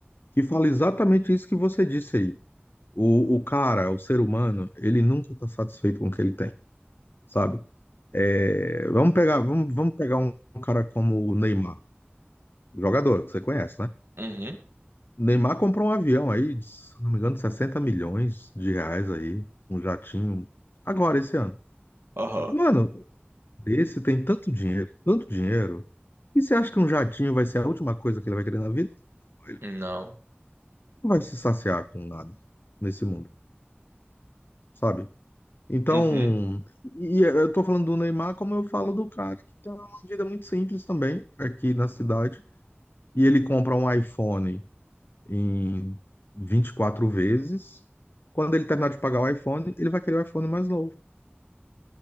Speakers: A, on the left; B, on the right.
A: que fala exatamente isso que você disse aí. O, o cara, o ser humano, ele nunca está satisfeito com o que ele tem, sabe? É, vamos pegar, vamos, vamos pegar um cara como o Neymar, jogador que você conhece, né?
B: Uhum.
A: O Neymar comprou um avião aí, de, se não me engano, 60 milhões de reais aí, um jatinho, agora esse ano.
B: Aham.
A: Mano, Esse tem tanto dinheiro, tanto dinheiro. E você acha que um jatinho vai ser a última coisa que ele vai querer na vida? Não, Ele
B: Não.
A: não vai se saciar com nada nesse mundo, sabe? Então,
B: Uhum.
A: e eu tô falando do Neymar como eu falo do cara que tem uma vida muito simples também aqui na cidade. E ele compra um iPhone em 24 vezes. Quando ele terminar de pagar o iPhone, ele vai querer o iPhone mais novo,